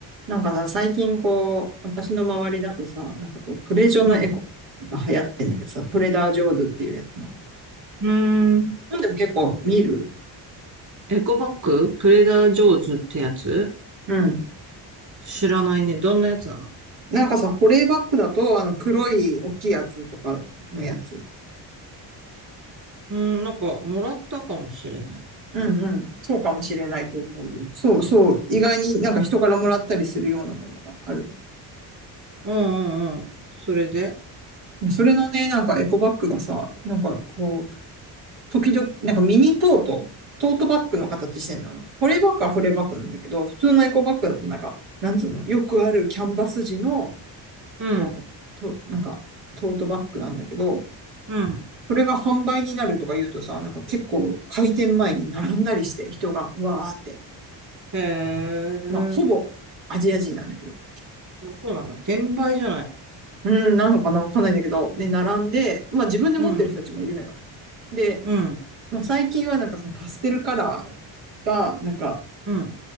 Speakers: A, on the right; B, on the right.
A: なんかさ、最近こう、私の周りだとさ、なんかこう、トレジョのエコバッグが流行ってんだけどさ、
B: うん。
A: トレーダージョーズっていうやつの。
B: うーん。
A: 日本でも結構見る
B: エコバッグトレーダージョーズってやつ
A: うん。うん。
B: 知らないね。どんなやつなの
A: なんかさ、保冷バッグだと、あの、黒い大きいやつとかのやつ。
B: うーん、なんか、もらったかもしれない。
A: うんうん。そうかもしれないと思うよ。そうそう。意外になんか人からもらったりするようなものがある。
B: うんうんうん。それで
A: それのね、なんかエコバッグがさ、なんかこう、時々、なんかミニトート、トートバッグの形してんの。保冷バッグは保冷バッグなんだけど、普通のエコバッグだとなんか、なんつうの、よくあるキャンバス地の、
B: うん、
A: こう、と、なんか、トートバッグなんだけど、
B: うん。
A: それが販売になるとか言うとさ、なんか結構開店前に並んだりして人がわーって。
B: へえ、
A: まあ、ほぼアジア人なんだけど。
B: そうなんだ。転売じゃない。
A: うん、なのかなわかんないんだけど。で、並んで、まあ自分で持ってる人たちもいるのよ。
B: うん、
A: で、
B: うん、
A: まあ、最近はなんかそのパステルカラーが、なんか
B: うん、